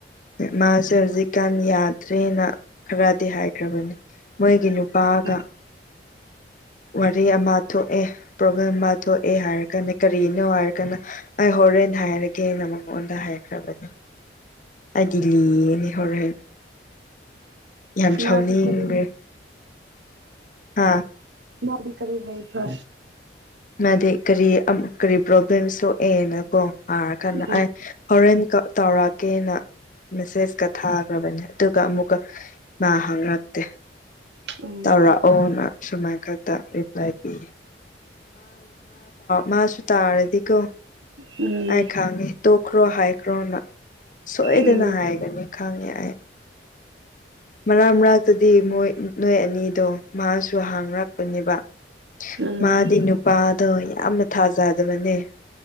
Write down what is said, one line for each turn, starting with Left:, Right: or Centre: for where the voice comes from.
Left: ꯃꯥ ꯁꯦꯔꯖꯤ ꯀꯥꯟ ꯏꯠ ꯊ꯭ꯔꯦꯅ ꯈꯔꯗꯤ ꯍꯥꯏꯈ꯭ꯔꯕꯅꯤ ꯃꯣꯏꯒꯤ ꯅꯨꯄꯥꯒ
Right: ꯎꯝ
Left: ꯋꯥꯔꯤ ꯑꯃ ꯊꯣꯛꯑꯦ ꯄ꯭ꯔꯣꯕ꯭ꯂꯦꯝ ꯑꯃ ꯊꯣꯛꯑꯦ ꯍꯥꯏꯔꯒꯅ ꯀꯔꯤꯅꯣ ꯍꯥꯏꯔꯒꯅ ꯑꯩ ꯍꯣꯔꯦꯟ ꯍꯩꯅ ꯍꯥꯏꯔꯒꯦ ꯑꯩꯅ ꯃꯉꯣꯟꯗ ꯍꯥꯏꯈ꯭ꯔꯕꯅꯦ ꯑꯩꯗꯤ ꯂꯤꯅꯤ ꯍꯣꯔꯦꯟ ꯌꯥꯝ ꯁꯥꯎꯅꯤꯡꯈꯦ
Right: ꯃꯥꯗꯤ ꯀꯔꯤ
Left: ꯍꯥꯥ
Right: ꯗꯤ ꯀꯔꯤ ꯍꯥꯏꯦꯜ ꯐ
Left: ꯃꯥꯗꯤ ꯀꯔꯤ ꯀꯔꯤ ꯄ꯭ꯔꯣꯕ꯭ꯂꯦꯝ ꯊꯣꯛꯑꯦꯅ ꯀꯣ ꯍꯥꯏꯔ ꯀꯗ
Right: ꯎꯝ
Left: ꯑꯦ ꯍꯣꯔꯦꯟ ꯀ ꯇꯧꯔꯛꯀꯦꯅ ꯃꯦꯁꯦꯁꯀ ꯊꯥꯈ꯭ꯔꯕꯅꯦ ꯑꯗꯨꯒ ꯑꯃꯨꯛꯀ ꯏꯃ ꯍꯥꯡꯔꯛꯇꯦ
Right: ꯎꯝ
Left: ꯇꯧꯔꯛꯑꯣꯅ ꯁꯨꯃꯥꯏꯅ ꯈꯛꯇ ꯔꯤꯄ꯭ꯂꯥꯏ ꯄꯤ ꯃꯥꯁꯨ ꯇꯥꯔꯗꯤꯀꯣ
Right: ꯎꯝ
Left: ꯑ ꯈꯥꯉꯦ ꯇꯣ ꯀ꯭ꯔꯣ ꯍꯥꯏꯥꯏ ꯀ꯭ꯔꯣꯅ ꯁꯣꯏꯗꯅ
Right: ꯎꯝ
Left: ꯍꯥꯏꯒꯅꯤ ꯈꯪꯉꯦ ꯑꯩ ꯃꯔꯛ ꯃꯔꯛꯇꯗꯤꯣꯏ ꯅꯣꯏ ꯑꯅꯤꯗꯣ ꯃꯍꯥꯛꯁꯨ ꯍꯥꯡꯔꯛꯄꯅꯦꯕ
Right: ꯎꯝ
Left: ꯃꯥꯗꯤ ꯅꯨꯄꯥꯗꯣ ꯌꯥꯝꯅ ꯊꯥꯖꯗꯕꯅꯦ